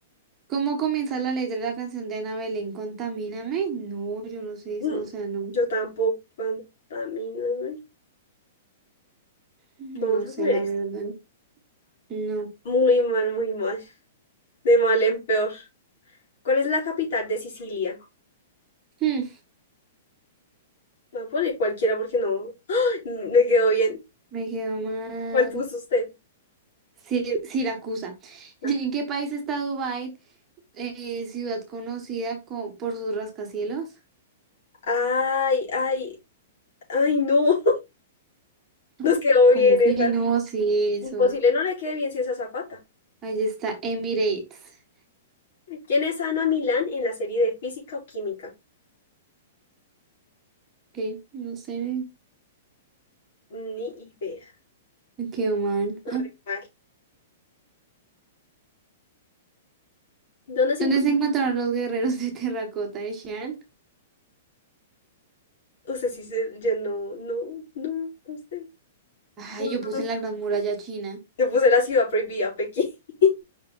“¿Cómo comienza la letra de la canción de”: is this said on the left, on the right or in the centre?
Right